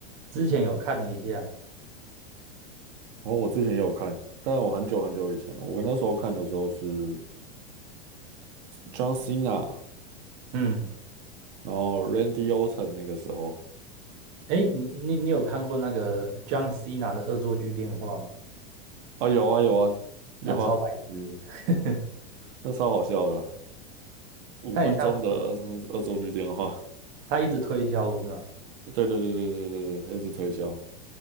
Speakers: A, on the right (about 40°); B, on the right (about 55°).
A: 之前有看了一下，
B: 哦，我之前也有看，但我很久很久以前了，我跟那时候看的时候是 John Cena
A: 嗯，
B: 然后 Randy Orton 那个时候
A: 哎，你你你有看过那个江西 h 的恶作剧电话吗？
B: 啊，有啊有啊有啊，
A: 那超白痴的，<laughs>
B: 那超好笑的啊五分钟的恶作恶作剧电话，
A: 他很像是他一直推销，不是吗？
B: 对对对对对对对，他一直推销，